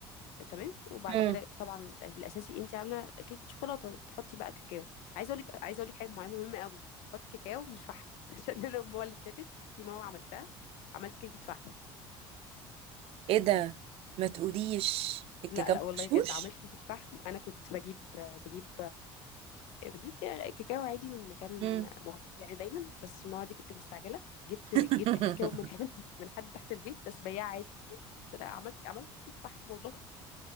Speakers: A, on the left; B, on the right.
A: آه، تمام وبعد
B: امم
A: كده طبعا الأ- الاساسي انت عامله كيكه شوكولاته بتحطي بقى كاكاو عايزه اقول لك عايزه اقول لك حاجه معينه مهمه قوي حطي كاكاو مش فحم <laughs> عشان انا المره اللي فاتت في مره عملتها عملت كيكه فحم
B: ايه ده ما تقوليش الكاكاو
A: لا لا والله
B: مغشوش
A: بجد عملت كيكه فحم انا كنت بجيب بجيب بجيب كا- كاكاو عادي من مكان
B: امم
A: موثوق يعني دايما بس المره دي كنت مستعجله جبت جبت
B: <laughs>
A: كاكاو من حد من حد تحت البيت بس بياع عادي قلت لها عملت عملت كيك فحم والله